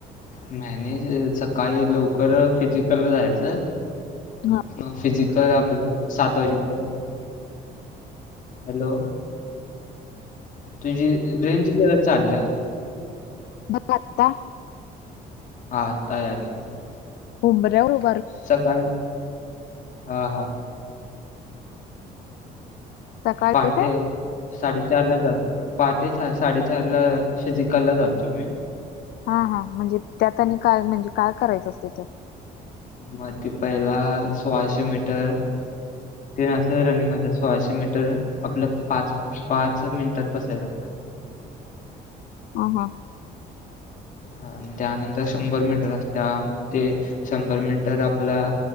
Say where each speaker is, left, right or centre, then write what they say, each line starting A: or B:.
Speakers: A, on the left; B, on the left.
A: मॅनेज सकाळी लवकर फिजिकला जायाचं,
B: होतात
A: म फिजिकल आपलं सात वाजेपर्यंत हॅलो! तुझी रेंज जरा चाल्या.
B: बघ आता.
A: हा आता यालय जरा.
B: उंभऱ्यावर उ
A: सकाळी हा हा,
B: सकाळी
A: पहाटे
B: काय?
A: साडेचारला जा पहाटे चार साडेचारला फिजिकलला जातो मी,
B: हा हा, म्हणजे त्यात आणि काय म्हणजे काय करायचं असतय त्यात?
A: म ते पहिला सोळाशे मीटर तेन आसं रनिंग अस सोळाशे मीटर आपलं पाच पाच मिनिटात बसाय लागतय.
B: हा हा,
A: अ म त्यानंतर शंभर मीटर आसत्या, म ते शंभर मीनटर आपलं